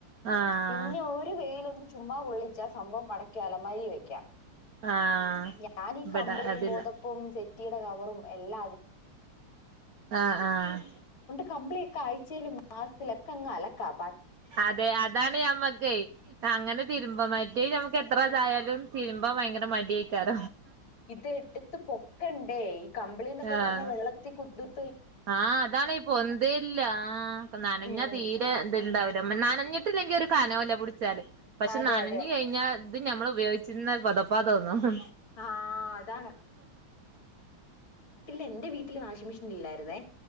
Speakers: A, on the right; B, on the left.
A: ആഹ്
B: പിന്നെ ഒരു വെയിലൊന്ന് ചുമ്മാ കൊള്ളിച്ചാ സംഭവം മടക്കിയലമരി വെക്കാം
A: ആഹ്
B: ഞാനീ
A: ഇബടെ
B: കമ്പളിയും
A: അതില്ല
B: പോതപ്പും സെ- സെറ്റിയുടെ കവറും എല്ല
A: ആഹ ആഹ
B: കമ്പിളിയും ഒക്കെ ആഴ്ചയിലും മാസത്തിലൊക്കെങ്ങ് അലക്ക-
A: അതെ അതാണ് ഞമ്മക്ക് അങ്ങനെ തിരുമ്പ മറ്റേ നമ്മക്ക്- എത്ര ഇത് ആയാലും തീരുമ്പോൾ ഭയങ്കര മടിയായി കര
B: ഇത്എടുത്ത് പൊക്കണ്ടേ ഡി കമ്പളി എന്നൊക്കെ
A: ആഹ്
B: പറഞ്ഞാ വെള്ളത്തി കുതീർ-
A: ആഹ് അതാണ് ഇ പൊന്തല്ല നനഞ്ഞാ
B: ഉം
A: തീരെ എതു ഇണ്ടാവല നനഞ്ഞിട്ടില്ലെങ്കിൽ ഒരു കാനോല്ലേ പിടിച്ചാല് പക്ഷെ
B: അതെ
A: നാനഞ്ഞ്ഞ
B: അതെ
A: കഴിഞ്ഞാ ഇത് ഞമ്മള്- ഉപയോഗിച്ചിുന്നാ പുതപ്പാ തോന്നുന്നു
B: ആഹ അതാണ് എന്റെ വീട്ടിൽ വാഷി്മെഷൻ ഇല്ലായിുന്നേ